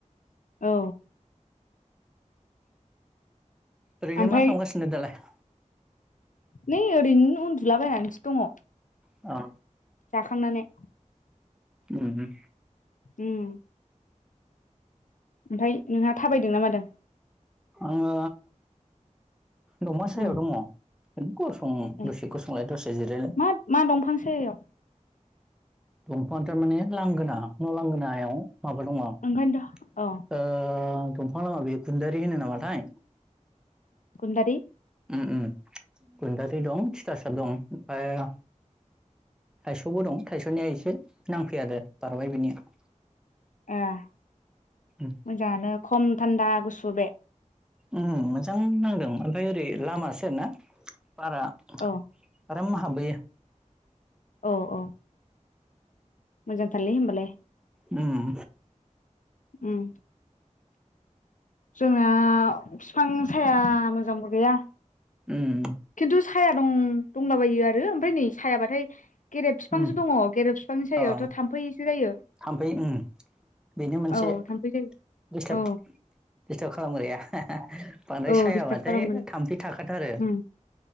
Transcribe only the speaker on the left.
औ
ओमफ्राय
नै ओरैनो उन्दुलाबायनानैसो दङ।
जाखांनानै
ओम ओमफाय नोंहा थाबायदों ना मादों?
उम
ए
मा मा दंफां सायायाव
ओंखायनोथ' औ
गुदारि
ए <inaudible>
मोजाङानो खम थान्दा गुसु बे।
औ
औ औ मोजां थारलै होनबालाय।
उम जोंना बिफां साया मोजांबो गैया।
खिन्थु साया दं दंलाबायो आरो ओमफ्राय नै सायाबाथाय गेरेब बिफांसो
दङ गेरेब बिफांनि सायावथ'
थाम्फैसो जायो।
औ थाम्फै जायो
औ
औ
दिस्टार्ब खालामगोन
उम